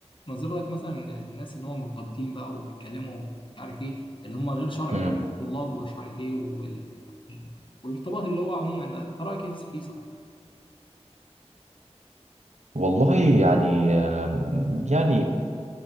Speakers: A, on the left; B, on the right.
A: نظرتك مثلا للناس اللي هم مرتبطين بقى وبيتكلموا مش عارف ايه اللي هم غير شرعي
B: امم
A: يعني طلاب ومش عارف ايه وال... وال... والارتباط اللي هو عموما ده انت رايك إيه فيه صحيح
B: والله يعني آم، يعني